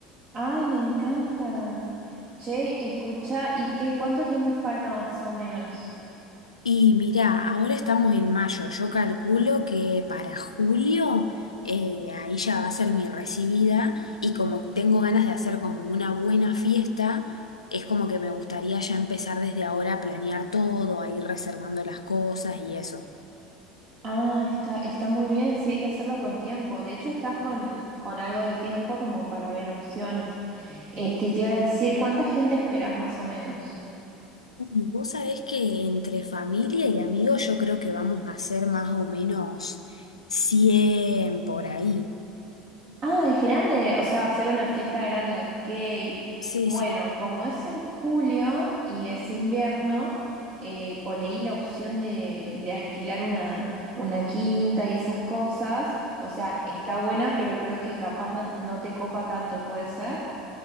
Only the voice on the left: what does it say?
Y mirá, ahora estamos en mayo. Yo calculo que para julio eh, ahí ya va a ser mi recibida y como tengo ganas de hacer como una buena fiesta, es como que me gustaría ya empezar desde ahora a planear todo, a ir reservando las cosas y eso.
Y vos sabés que entre familia y amigos yo creo que vamos a hacer más o menos 100 por ahí.
Sí,
sí.